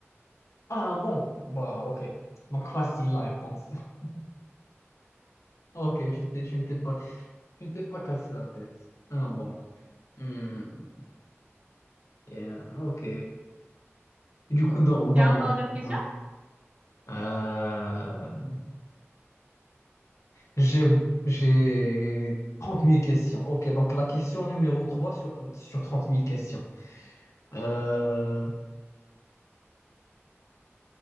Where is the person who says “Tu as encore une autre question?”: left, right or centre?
Right